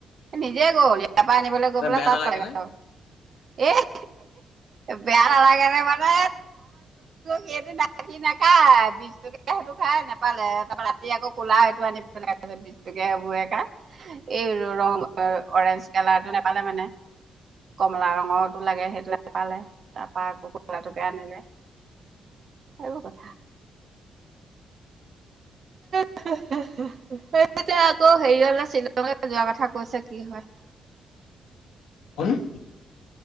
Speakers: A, on the right; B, on the left.
A: নিজে গ'ল ইয়াৰ পৰা আনিবলৈ গৈ পেলাই
B: বেয়া
A: তাত
B: নালাগে
A: পালে
B: নে
A: গৈ আৰু এ হে। বেয়া নালাগে নে মানে সেইটো সি নেখায় বিচটকীয়া টোকে সেইটো খায়। খায় নাপালে ৰাতি আকৌ কোলা সেইটো আনি পেলায় বিচটকীয়া সেইবোৰ খা এই ৰং অৰেঞ্জ কালাৰটো নেপালে মানে কমলা। লা ৰঙৰটো লাগে সেইটোয়ে পালে তাত। তাই আক কলাটোকে আনিলে সেইবোৰ কথা।
B: <inaudible>
A: সেইয়া আকৌ হেৰি হলে শ্বিলঙে যোৱা কথা কৈছে কি হয়। <unintelligible>
B: উল <unintelligible>